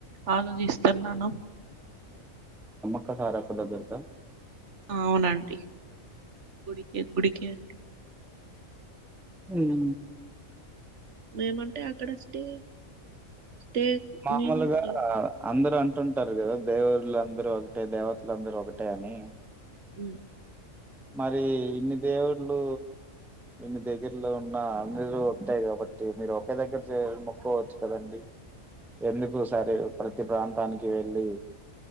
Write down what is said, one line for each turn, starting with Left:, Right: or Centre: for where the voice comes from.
Right: ఆలోచిస్తున్నాను
Centre: ఒకసారి వస్తే బయలదేరుతాం
Right: అవునండి గుడికే గుడికే అండి
Centre: ఉ ఊ
Right: మేమంటే అక్కడ స్టే స్టే
Centre: మామూలుగా
Right: నిన్ ఉమ్
Centre: అందరు అంటుంటారు కదా దేవుళ్ళందరు ఒకటే దేవతలందరు ఒకటే అని
Right: ఉ
Centre: మరి ఇన్ని దేవుళ్ళు ఇన్ని దగ్గర్లో ఉన్న అందరూ ఒకటె కదా కాబట్టి మీరు ఒకే దగ్గర మొక్కోవచ్చు కదండి ఎందుకు సరే ప్రతి ప్రాంతానికి వెళ్ళి